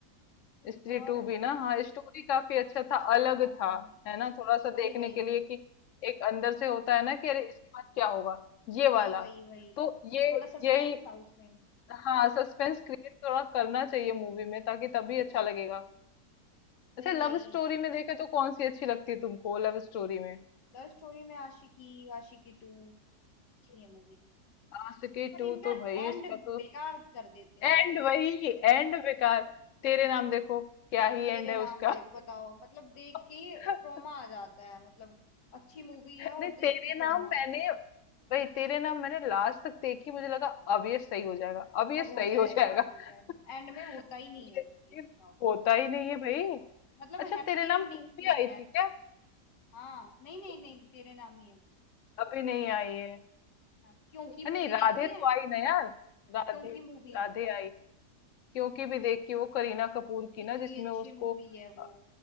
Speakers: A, on the left; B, on the left.
A: स्त्री
B: और
A: टू भी ना हाँ स्टोरी काफी अच्छा था अलग
B: हाँ
A: था है ना थोड़ा सा
B: वही
A: देखने
B: वही
A: के लिए कि एक अंदर से होता है ना कि अरे इसके बाद क्या होगा ये
B: वही
A: वाला
B: वही वही
A: तो ये
B: थोड़ा सस्पेंस
A: यही
B: था उसमें
A: हाँ सस्पेंस क्रिएट थोड़ा करना चाहिए मूवी में ताकि तभी अच्छा लगेगा अच्छा
B: वही
A: लव
B: वही
A: स्टोरी में देखे तो कौन सी अच्छी लगती है तुमको लव स्टोरी में
B: लव स्टोरी में आशिकी आशिकी टू अच्छी है मूवी
A: आशिकी
B: पर
A: टू
B: इनका
A: तो भाई
B: एंड
A: इसका तो
B: बेकार कर देते
A: एंड
B: हैं ये ना
A: वही एंड बेकार तेरे नाम देखो क्या ही
B: तेरे
A: एंड है
B: नाम
A: उसका
B: देख बताओ मतलब देख के
A: <laughs>
B: ट्रोमा आ जाता है मतलब अच्छी मूवी है और
A: नहीं
B: देख
A: तेरे
B: के ट्रोमा
A: नाम मैंने भाई तेरे ना मैंने लास्ट तक देखी मुझे लगा अब ये सही हो जाएगा अब ये
B: अब
A: सही
B: हो जाएगा
A: हो जाएगा
B: अब हो जाएगा एंड
A: <laughs>
B: में होता
A: लेकिन
B: ही नहीं है वो सही बताओ
A: होता ही नहीं है भाई
B: मतलब
A: अच्छा
B: हैप्पी
A: तेरे
B: एंडिंग
A: नाम टू भी
B: नहीं
A: आई
B: है
A: थी
B: अच्छी
A: क्या
B: हाँ नहीं नहीं नहीं तेरे नाम ही है बस
A: अभी नहीं आई है
B: हाँ क्योंकि
A: अ, नहीं
B: मूवी
A: राधे
B: देखी है
A: तो आई ना यार राधे
B: क्योंकि मूवी
A: राधे आई क्योंकि भी देखी वो करीना कपूर की
B: कितनी
A: ना जिसमें
B: अच्छी
A: उसको
B: मूवी है
A: अ,
B: वो